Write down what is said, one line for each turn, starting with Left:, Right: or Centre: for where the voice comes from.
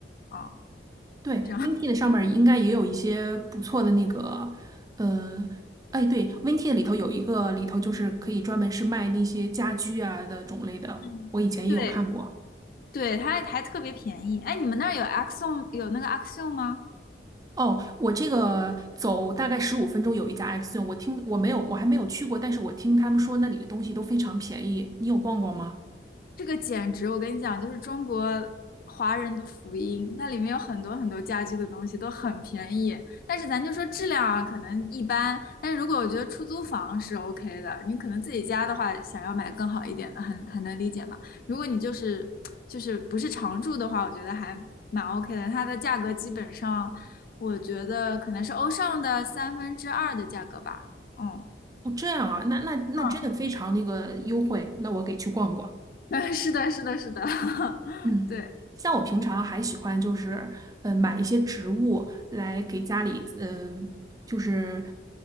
Left: 哦，
Right: 对，WinT
Left: 这样。
Right: 的上面儿应该也有一些不错的那个，呃，哎，对，WinT 的里头有一个里头就是可以专门是卖那些家居啊的种类的，
Left: 嗯，
Right: 我以前也有看过。
Left: 对对，它还特别便宜。哎，你们那儿有 Axiom 有那个 Axiom 吗？
Right: 哦，我这个走大概十五分钟有一家 Axion，我听我没有我还没有去过，但是我听他们说那里的东西都非常便宜，你有逛逛吗？
Left: 这个简直，我跟你讲，就是中国华人的福音。它里面有很多很多家居的东西都很便宜，但是咱就说质量啊，可能一般。但是如果我觉得出租房是 OK 的，你可能自己家的话，想要买更好一点的，很很能理解嘛。如果你就是就是不是常住的话，我觉得还蛮 OK 的。它的价格基本上，我觉得可能是欧尚的三分之二的价格吧。嗯，
Right: 哦，这样啊，那那那真的非常那个优惠，
Left: <laughs>
Right: 那我给去逛逛。
Left: 嗯，是的，是的，是的，<laughs>
Right: 嗯，
Left: 对。
Right: 像我平常还喜欢就是，呃，买一些植物来给家里，嗯、就是，